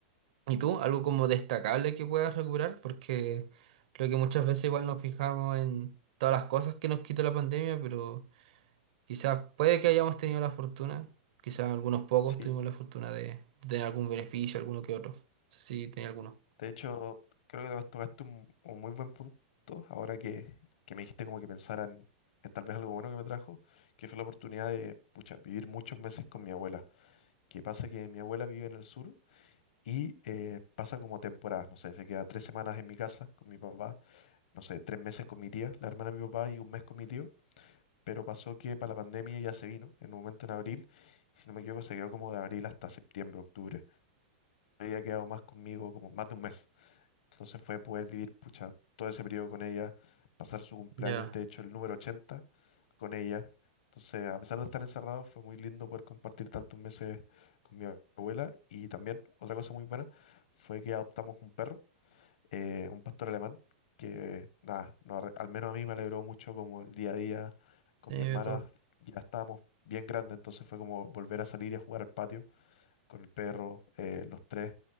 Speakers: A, on the right (about 60°); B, on the left (about 65°).
A: ¿y tú? ¿Algo como destacable que puedas recuperar? Porque creo que muchas veces igual nos fijamos en todas las cosas que nos quitó la pandemia, pero quizás puede que hayamos tenido la fortuna, quizás algunos pocos
B: sí.
A: tuvimos la fortuna de tener algún beneficio, alguno que otro. No sé si tenía alguno.
B: De hecho, creo que to- tocaste un, un muy buen punto ahora que, que me dijiste como que pensaran en en tal vez algo bueno que me trajo, que fue la oportunidad de, pucha, vivir muchos meses con mi abuela. Que pasa que mi abuela vive en el sur y eh, pasa como temporadas, no sé, se queda tres semanas en mi casa con mi papá, no sé, tres meses con mi tía, la hermana de mi papá y un mes con mi tío. pero pasó que para la pandemia ya se vino, en un momento en abril, y si no me equivoco se quedó como de abril hasta septiembre, octubre. Había quedado más conmigo como más de un mes. Entonces fue poder vivir, pucha, todo ese periodo con ella, pasar su cumpleaños,
A: Ya,
B: de hecho, el número 80 con ella. Entonces, a pesar de estar encerrado, fue muy lindo poder compartir tantos meses con mi abuela. Y también, otra cosa muy buena, fue que adoptamos un perro eh, un pastor alemán que, nada, no arre- al menos a mí me alegró mucho como el día a día con
A: tiene
B: mi hermana,
A: de todo.
B: ya estábamos bien grandes, entonces fue como volver a salir y a jugar al patio con el perro, eh, los tres.